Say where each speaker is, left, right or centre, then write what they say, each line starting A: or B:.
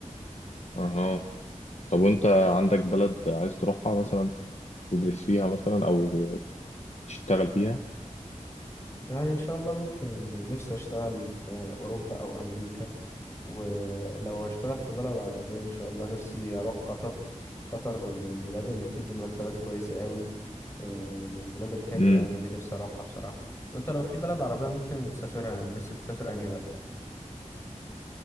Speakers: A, on the left; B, on the left.
A: اه طب وانت عندك بلد عايز تروحها مثلا تدرس فيها مثلا او تشتغل فيها
B: يعني ان شاء الله ممكن نفسي اشتغل في اوروبا او امريكا ولو هشتغل في بلد عربية ان شاء الله نفسي اروح قطر قطر من البلاد اللي بتدي مرتبات كويسة قوي آه، من البلاد الحلوة
A: امم
B: يعني اللي نفسي أروحها بصراحة وأنت لو في بلد عربية ممكن تسافرها نفسك تسافر أنهي بلد؟